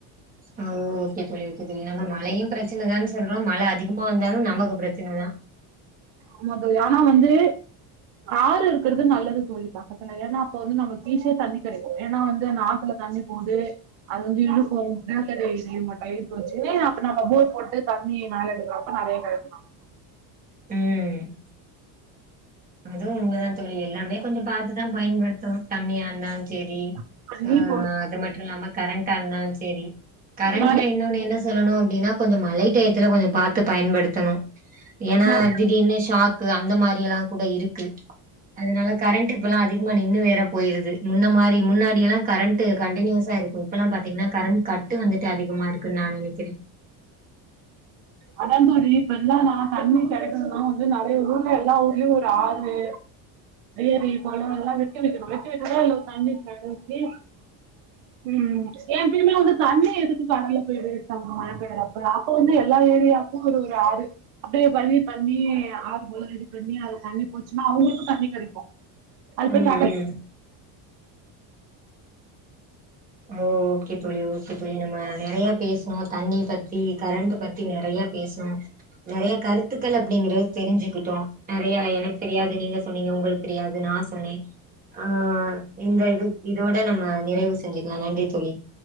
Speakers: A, on the right (about 20°); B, on the right (about 85°).
A: ஆஹ் ஓகே தோழி ஓகே தோழி நம்ம மழையு பிரச்சனதான்னு சொல்றோ மழ அதிகமா வந்தாலு நமக்கு பிரச்சனதா
B: ஆமாந் தோழி ஆனா வந்து ஆறு இருக்கறது நல்லது தோழி பக்கத்துல ஏன்னா அப்ப வந்து நமக்கு ஈஸியா தண்ணி கெடைக்கு ஏனா வந்து ஆத்துல தண்ணி போகுது அது வந்து இழுக்கு நிலத்தடி நீர் மட்டொ இழுத்து வச்சு அப்ப நம்ம போர் போட்டு தண்ணி மேல எடுக்கிறப்ப நெறைய கெடைக்கு நமக்கு
A: உம் அதுவு உண்மதா தோழி எல்லாமே கொஞ்சொ பாத்துதா பயன்படுத்தனு தண்ணியா இருந்தாலுஞ் செரி
B: நமக்கு
A: ஆஹ்
B: இப்போ
A: அது மட்டு இல்லாம கரண்டா இருந்தாலு செரி கரண்ட்ல
B: நெறைய
A: இன்னோன்னு என்ன சொல்லணு அப்டீனா கொஞ்ச மழை டயத்துல கொஞ்ச பாத்து பயன்படுத்தணு ஏனா
B: நெறைய
A: திடீர்னு ஷாக்கு அந்த மாரி எல்லா கூட இருக் கு அதனால கரண்ட் இப்பல்லா அதிகமா நின்னு வேற போயிருது முன்ன மாரி முன்னாடியெல்லா கரண்ட் கண்டனியூஸா இருக்கு இப்பெல்லா பாத்தீங்கன்னா கரண்ட் கட்டு வந்துட்டு அதிகமா இருக்குன்னு நா நெனைக்கிறே
B: அதாது ஒரு இப்பெல்லா நா தண்ணி கெடைக்கணுனா வந்து நெறைய ஊர்ல எல்லா ஊர்லயு ஒரு ஆறு ஏரி குள எல்லா வெட்டி வெக்கணு வெட்டி வெச்சாதா அல்ல ஒரு தண்ணி கடைச்சு உஹம் எப்பயுமே வந்து தண்ணி எதுக்கு கடல்ல போய் வேஸ்டாகு மழ பெயறப்ப அப்பொ வந்து எல்லா ஏரியாக்கு ஒரு ஒரு ஆறு அப்படியே பண்ணி பண்ணி ஆறு போல ரெடி பண்ணி அதுல தண்ணி போச்சுன்னா அவங்களுக்கு தண்ணி கெடைக்கு அது
A: ம்
B: போய் கடல்
A: ம் ஓ ஓகே தோழி ஓகே தோழி நம்ம நெறைய பேசுனோ தண்ணி பத்தி கரண்ட் பத்தி நெறைய பேசுனோ நெறைய கருத்துக்கள் அப்படிங்கறது தெரிஞ்சுக்கிட்டோ நெறைய எனக்கு தெரியாது நீங்க சொன்னீங்க உங்களுக்கு தெரியாது நா சொ தோழி ஆஹ் இந்த இது இதோட நம்ம நிறைவு செ செஞ்சுக்கலா நன்றி தோழி